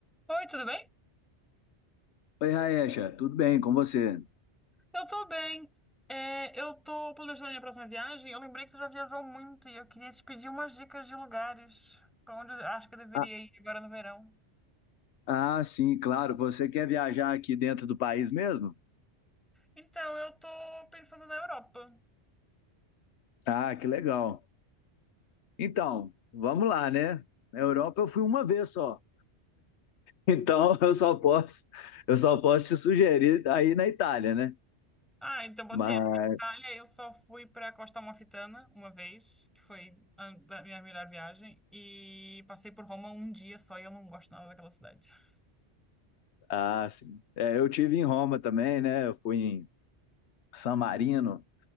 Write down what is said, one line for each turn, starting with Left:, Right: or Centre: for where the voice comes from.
Centre: Oi, tudo bem?
Left: Oi, Raecha, tudo bem com você?
Centre: Eu tô bem. É, eu tô planejando a minha próxima viagem. Eu lembrei que você já viajou muito e eu queria te pedir umas dicas de lugares pra onde eu acho que eu deveria
Left: Ah,
Centre: ir agora no verão.
Left: ah, sim, claro. Você quer viajar aqui dentro do país mesmo?
Centre: Então, eu tô pensando na Europa.
Left: Ah, que legal. Então, vamos lá, né? Na Europa eu fui uma vez só. Então, <laughs> eu só posso, eu só posso te sugerir aí na Itália, né?
Centre: Ah, então pode
Left: Mas,
Centre: ser. Pra Itália, eu só fui pra Costa Amalfitana uma vez, que foi a da minha melhor viagem, e passei por Roma um dia só e eu não gosto nada daquela cidade. <laughs>
Left: ah, sim. É, eu tive em Roma também, né? Eu fui em San Marino,